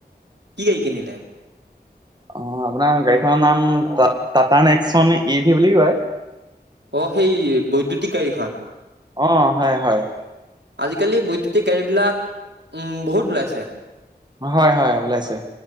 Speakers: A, on the right; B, on the right.
A: কি গাড়ী কিনিলে
B: অ আপোনাৰ গাড়ীখনৰ নাম? উ টাটা নেকচন ই ভি বুলি কয়।
A: অ সেই বৈদ্যুতিকাৰীখন?
B: অ হয় হয়।
A: আজিকালি বৈদ্যুতিক গাড়ী বিলাক উম বহুত ওলাইছে,
B: হয় হয় ওলাইছে।